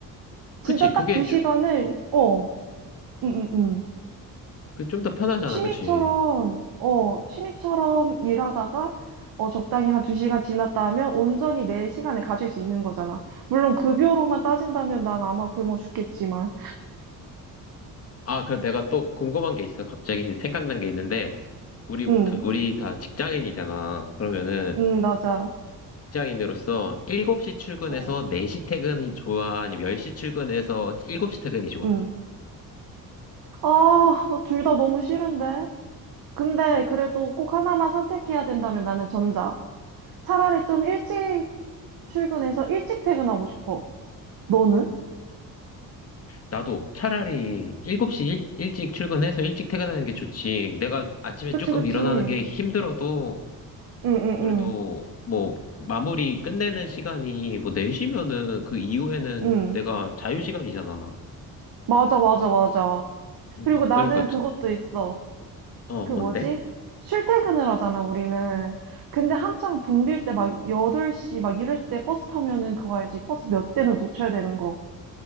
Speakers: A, on the right; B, on the left.
A: 진짜
B: 그치, 그게
A: 딱 두 시간을
B: 좀,
A: 어, 응응응.
B: 그좀 더 편하잖아,
A: 취미처럼,
B: 그치?
A: 어, 취미처럼 일하다가, 어, 적당히 한 두시간 지났다 하면 온전히 내 시간을 가질 수 있는 거잖아. 물론 급여로만 따진다면 난 아마 굶어 죽겠지만.
B: 아, 그럼 내가 또 궁금한 게 있어. 갑자기 생각난 게 있는데, 우리,
A: 응,
B: 두- 우리 다 직장인이잖아. 그러면은,
A: 응, 맞아.
B: 직장인으로서 7시 출근해서
A: 응,
B: 4시 퇴근이 좋아? 아니면 10시 출근해서 7시 퇴근이 좋아?
A: 응. 아, 둘 다 너무 싫은데? 근데 그래도 꼭 하나만 선택해야 된다면 나는 전자. 차라리 좀 일찍 출근해서 일찍 퇴근하고 싶어. 너는?
B: 나도 차라리 7시 일, 일찍 출근해서 일찍 퇴근하는 게 좋지. 내가 아침에
A: 그치,
B: 조금
A: 그치.
B: 일어나는
A: 응,
B: 게 힘들어도
A: 응, 응,
B: 그래도 뭐 마무리 끝내는 시간이 뭐 4시면은 그 이후에는
A: 응.
B: 내가 자유 시간이잖아.
A: 맞아, 맞아, 맞아.
B: 음,
A: 그리고 나는
B: 그러니까 지-
A: 그것도 있어.
B: 어
A: 그 뭐지?
B: 뭔데?
A: 출퇴근을 하잖아, 우리는. 근데 한창 붐빌 때 막 8시 막 이럴 때 버스 타면은 그거 알지? 버스 몇 대는 놓쳐야 되는 거.